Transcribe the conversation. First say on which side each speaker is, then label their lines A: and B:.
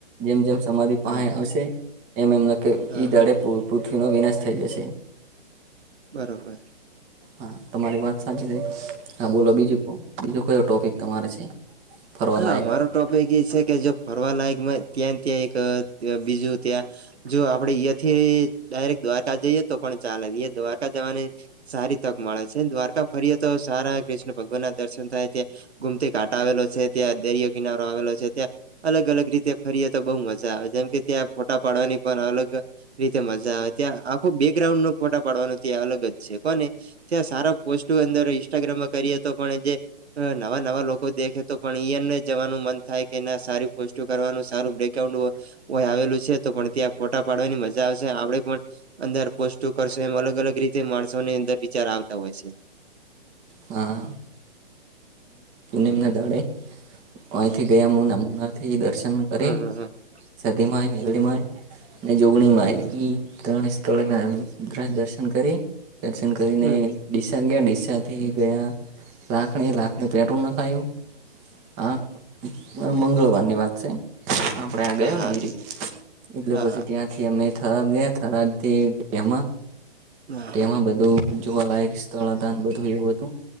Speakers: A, on the right (about 20°); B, on the right (about 90°).
A: જેમ જેમ સમાધિ
B: હા
A: પાહે આવશે. એમ એમના કે
B: હા
A: ઈ દાડે પુ પુથ્વીનો વિનાશ થઈ જશે.
B: બરોબર
A: હા તમારી વાત સાચી છે હા બોલો બીજુ કો બીજો કયો ટોપિક તમારે છે ફરવા
B: હા
A: લાયક
B: અમારો ટોપિક ઈ સે કે જો ફરવા લાયક ત્યા ત્યા એક બીજું ત્યાં જો આપડે અઇયાથી ડાયરેક્ટ દ્વારકા જઈએ તો પણ ચાલે દ્વારકા જવાની સારી તક મળે છે દ્વારકા ફરીએ તો સારા કૃષ્ણ ભગવાન ના દર્શન થાય છે ગોમ તી ઘાટ આવેલો છે ત્યાં દરિયો કિનારો આવેલો છે ત્યાં અલગ અલગ રીતે ફરીએ તો બહુ મજા આવે જેમ કે ત્યાં ફોટા પાડવાની અલગ રીતે મજા આવે ત્યાં આખો બેકગ્રાઉન્ડ નો ફોટા પાડવાનો ત્યાં અલગ જ છે કોને ત્યાં સારા પોસ્ટો અંદર ઇન્સ્ટાગ્રામા કરીએ તો પણ જે નવા નવા લોકો દેખે તો પણ એમ જવાનુ મન થાય કે એ સારી પોસ્ટ કરવાનું સારું બ્રેકાઉન્ડ આવેલું છે તો પણ ત્યાં ફોટા પાડવાની મજા આવશે આપડે પણ અંદર પોસ્ટુ કરશું એમ અલગ અલગ રીતે માણસોની અંદર વિચાર આવતા હોય છે
A: હા નોમ ના દાડે અહીથી ગયા મુના મુના થી દર્શન કરી
B: હમ
A: સતી માં એ મેલડી
B: હમ
A: માં એ અને જોગણી મા
B: હમ
A: એ ઈ ત્રણ અ દર્શ શન કરી દર્શન કરીને
B: હમ
A: ડીસા ગયા ડીસા થી ગયા લાખણી લાખણી પેટ્રોલ નખાયુ હા મંગળવાર ની વાત છે. આપડે આ ગયો
B: હા
A: ને
B: હા
A: એરી એટલે
B: હા
A: પછી ત્યાંથી અમે થરાદ ગયા થરાદ થી. તેમાં
B: હા
A: તેમાં
B: હા હા
A: બધું જોવાલાયક સ્થળ હતા બધું એવું હતું.